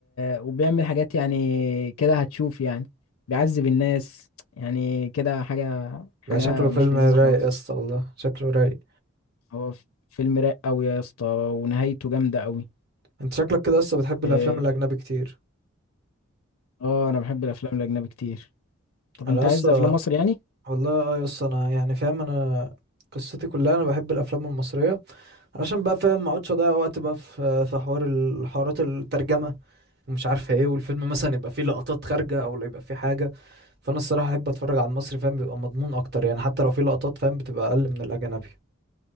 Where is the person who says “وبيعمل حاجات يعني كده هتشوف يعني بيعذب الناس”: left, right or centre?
Left